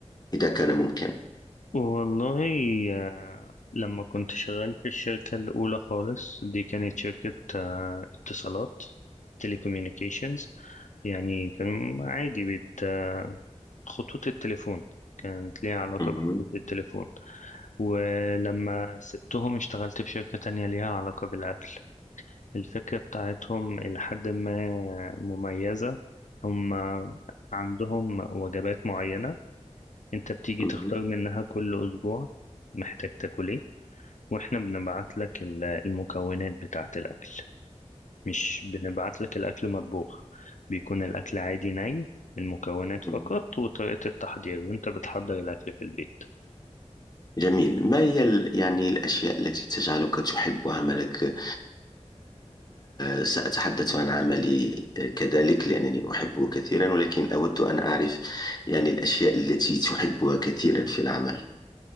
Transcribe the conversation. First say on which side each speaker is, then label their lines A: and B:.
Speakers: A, on the left (about 35°); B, on the left (about 85°).
A: إذا كان ممكن
B: والله آه، لما كنت شغال في الشركة الأولى خالص دي كانت شركة آه، اتصالات تليكوميونيكيشنز يعني كان عادي بت آه، خطوط التليفون كانت ليها علاقة
A: مهم.
B: بخطوط التليفون ولما سبتهم اشتغلت في شركة تانية ليها علاقة بالأكل الفكرة بتاعتهم إلى حد ما مميزة هم عندهم وجبات معينة أنت بتيجي
A: مهم.
B: تختار منها كل أسبوع محتاج تاكل إيه وإحنا بنبعت لك ال- المكونات بتاعة الأكل مش بنبعت لك الأكل مطبوخ بيكون الأكل عادي ني المكونات فقط
A: مم.
B: وطريقة التحضير وأنت بتحضر الأكل في البيت
A: جميل ما هي ال- يعني الأشياء التي تجعلك تحب عملك آه، آه، سأتحدث عن عملي آه، كذلك لأنني أحبه كثيرا ولكن أود أن أعرف يعني الأشياء التي تحبها كثيرا في العمل